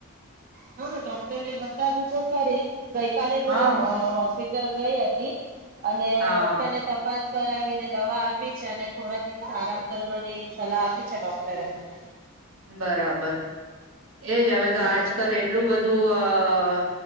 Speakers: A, on the right; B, on the right.
A: હા ડોક્ટરને બતાવ્યું તો ખરી ગઈકાલે જો
B: હા
A: અ પીટલ ગઈ હતી અને
B: હા
A: ડોક્ટરને તપાસ કરાવીને દવા આપી છે અને થોડા દિવસ આરામ કરવાની સલાહ આપી છે ડોક્ટરે મને.
B: બરાબર. એજ હવે તો
A: હમ
B: આજકાલ એટલું બધું. અ